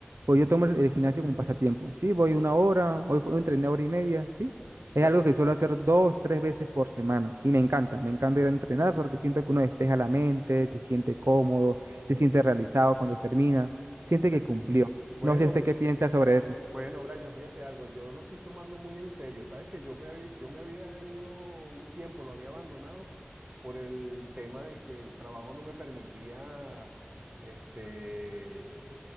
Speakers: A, on the right; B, on the right.
A: pues yo tomo el el gimnasio como un pasatiempo. Sí, voy una hora, hoy fue- entrené hora y media, sí. Es
B: Bueno.
A: algo que suelo hacer dos, tres veces por semana y me encanta, me encanta ir a entrenar porque siento que uno despeja la mente, se siente cómodo, se siente realizado cuando termina, siente
B: bue-
A: que cumplió.
B: Bueno,
A: No sé usted
B: Bra-
A: qué piensa sobre eso.
B: bueno, Brian, fíjate algo, yo lo estoy tomando muy en serio. Sabes que yo me había, yo me había ido un tiempo, lo había abandonado por el tema de que el trabajo no me permitía, este,